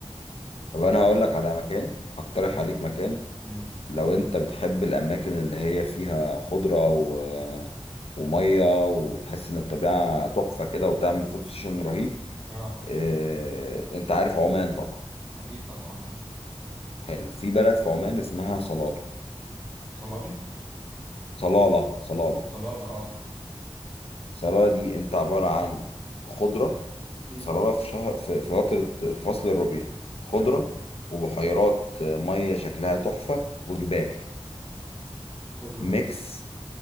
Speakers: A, on the left; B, in the centre.
A: طب انا هقول لك على مكان اقترح
B: امم
A: عليك مكان
B: امم
A: لو انت بتحب الاماكن اللي هي فيها خضرة و... آه، ومية وتحس ان الطبيعة تحفة كده وتعمل فوتو سيشن رهيب
B: اه
A: آه، انت عارف عمان طبعا
B: اكيد طبعا آه.
A: حلو في بلد في عمان اسمها صلالة
B: صلابي
A: صلالة صلالة
B: صلالة اه
A: صلالة دي انت عبارة عن خضرة
B: امم
A: صلالة في شهر في في فترة في فصل الربيع خضرة
B: تمام
A: وبحيرات مية شكلها تحفة وجبال
B: امم حلو
A: ميكس
B: ده